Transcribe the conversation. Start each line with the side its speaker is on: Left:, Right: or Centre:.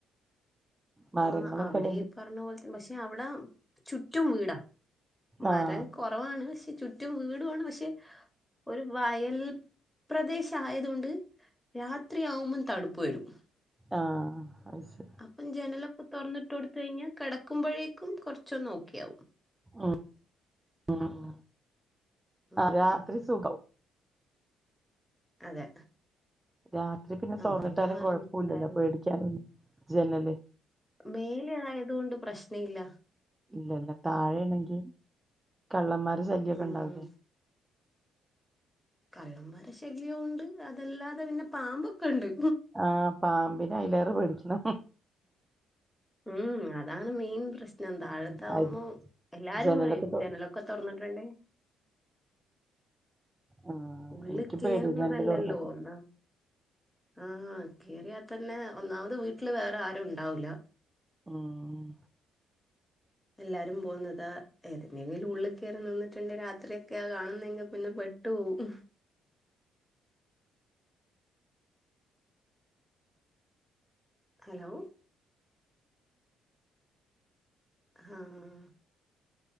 Right: മരങ്ങളൊക്കെ
Centre: ആഹ് അവിടെ
Right: ഇല്ലെങ്കിൽ
Centre: ഈ പർഞ്ഞ പോലെത്ത പക്ഷെ അവിടെ ചുറ്റും വീടാ മരം
Right: ആഹ്
Centre: കോറവാണ് പക്ഷെ ചുറ്റും വീടുണ് പക്ഷെ ഒരു വയൽ പ്രദേശ ആയത് കൊണ്ട് രാത്രിയാവുബം തണുപ്പ് വരും
Right: ആഹ് അത് ശ
Centre: അപ്പം ജനലൊക്കെ തുറന്നിട്ട് കൊടുത്ത കഴിഞ്ഞാ കേടക്കുമ്പോഴേക്കും കോർച്ചൊന്ന് ഓക്കെ ആകും
Right: ഉം ഉം
Centre: ഉം.
Right: രാത്രി സുഖം
Centre: അതെ
Right: രാത്രി പിന്നെ
Centre: നമ്മളിങ്ങനെ
Right: തുറന്നിട്ടാലും
Centre: പറഞ്ഞിട്ടുണ്ടായിരുന്നു
Right: കോഴപ്പല്ലല്ലോ പേടിക്കാനുല്ല ജനല്
Centre: മേലെ ആയതുകൊണ്ട് പ്രശ്നല്ല
Right: ഇല്ല ഇല്ല താഴെണെങ്കി കള്ളന്മാരെ ശല്ല്യക്കെ
Centre: ഉം
Right: ഇണ്ടാവില്ലേ
Centre: കള്ളന്മാരെ ശല്യവും ഉണ്ട് അതല്ലാതെ പിന്നെ പാമ്പൊക്കെ ഇണ്ട്
Right: ആഹ് പാമ്പിനെ അതിലേറെ പേടിക്കണം
Centre: ഉം അതാണ് മെയിൻ പ്രശ് <unintelligible> താഴത്തവുമ്പോ
Right: ഉം അരി
Centre: എല്ലാരും
Right: ജനലൊക്കെ
Centre: പറയും
Right: തൊ
Centre: ജനലൊക്കെ തുറന്നിട്ട്ണ്ടേ
Right: ആഹ്
Centre: ഉള്ള്
Right: എനിക്കും
Centre: കേറുന്നതല്ലല്ലോ
Right: പേടിയാ ജനല് തുറന്നത്
Centre: ഒന്നാ ആഹ് കേറിയാ തന്നെ ഒന്നാമത് വീട്ടില് വേറെ ആരും ഇണ്ടാവൂല
Right: ആഹ്
Centre: എല്ലാരും പോകുന്നത് ഏതിന്റെ ഉള്ളിൽ കേറി നിന്നിട്ടുണ്ട് രാത്രിയൊക്കെ ആഹ് കാണുന്നെങ്കി പിന്നെ ട്ട് പോവും ഹലോ, ആഹ്